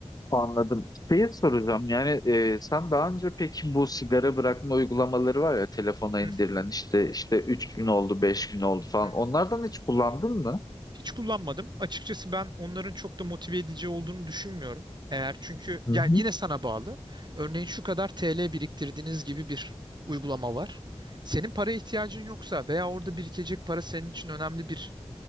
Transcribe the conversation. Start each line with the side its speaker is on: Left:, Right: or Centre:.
Left: anladım. Şeyi soracağım yani e, sen daha önce peki bu sigara bırakma uygulamaları var ya telefona
Right: Hı
Left: indirilen
Right: hı,
Left: işte işte 3 gün oldu 5 gün oldu falan
Right: hı hı.
Left: onlardan hiç kullandın mı?
Right: Hiç kullanmadım. Açıkçası ben onların çok da motive edici olduğunu düşünmüyorum. Eğer çünkü
Left: Hı
Right: yani yine sana bağlı. Örneğin şu kadar TL biriktirdiğiniz gibi bir uygulama var. Senin paraya ihtiyacın yoksa veya orada birikecek para senin için önemli bir